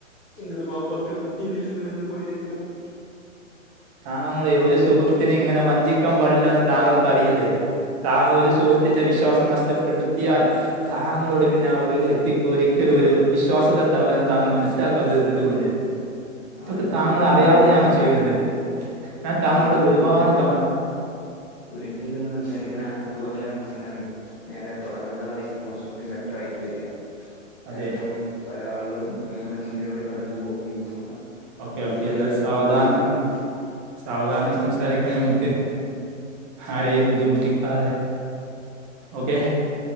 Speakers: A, on the left; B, on the right.
A: എന്നോട് മാപ്പക്കണം എന്നിൽനിന്ന് വന്ന് പോയ തെറ്റാണ്.
B: താങ്കളെ ഒരു സുഹൃത്തിനിങ്ങനെ വഞ്ചിക്കാൻ പാടില്ലാന്ന് താങ്കൾക്കറിയില്ലേ? താങ്കരു സുഹൃത്തിന്റെ വിശ്വാസം നഷ്ടപ്പെടുത്തിയാൽ താങ്കളോട്പിന്നെ ആ.. ഒരു വ്യക്തിക്ക് ഒരി <unintelligible> ഒരു വിശ്വാസത ഉണ്ടാവില്ലോന്ന് താങ്കൾ മനസ്സിലാക്കാത്തത് എന്തുകൊണ്ട്? ഇതൊക്കെ
A: ആളുകൾ
B: താങ്കൾ
A: വരുന്നു
B: അറിയാതെയണോ
A: നമുക്ക് നമ്മുടെ
B: ചെയ്യുന്നത്? ഞാൻ താങ്കളോട്
A: വീട്ടിൽ
B: ഒരുപാട്
A: വീട്ടില്
B: തവണ
A: വീട്ടിൽ നിന്ന് സംസാരിക്കണ അതുപോലെ നമക്ക് <unintelligible> ഉം.. നേരെ തൊടങ്ങ്ന്നതായിരിക്കും കൊറച്ചും കൂടി ബെറ്ററായിട്ട് വരാ.. കാരണം
B: അതെ
A: പല ആളുകളും നമ്മുടെ മുന്നിലൂടെ കടന്നു പോവുകയും നമ്മൾ
B: ഓക്കെ
A: അങ്ങാടിയിലൂടെ
B: ഓക്കെ എന്നാൽ
A: എത്തിക്കൊണ്ടിരിക്കയാണ്..
B: സാവധാനം സാവധാനം സംസാരിക്കാ ഞമ്മക്ക്... ആരെയും ബുദ്ധിമുട്ടിക്കാതെ.. ഓക്കെ..